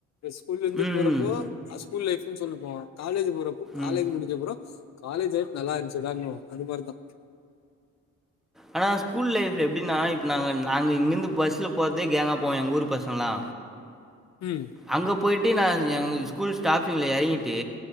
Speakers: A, on the left; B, in the centre.
A: ஸ்கூல்ல இருந்து
B: ம்
A: போறப்போ
B: ம்
A: அ ஸ்கூல் லைஃப்னு சொல்லிப்போ காலேஜ் போறப்போ காலேஜ்
B: ம்
A: முடிஞ்சப்றோ காலேஜ் லைஃப் நல்லா இருந்துச்சிடானுவோ அது மாரிதா
B: ஆனா ஸ்கூல் லைஃபு எப்டின்னா இப்போ நாங்க நாங்க இங்கேருந்து பஸ்ல போறதே கேங்கா போவோ எங்க ஊரு பசங்களா
A: ம்
B: அங்க போயிட்டு நா எங்க ஸ்கூல் ஸ்டாஃபிங்க்ள எறங்கிட்டு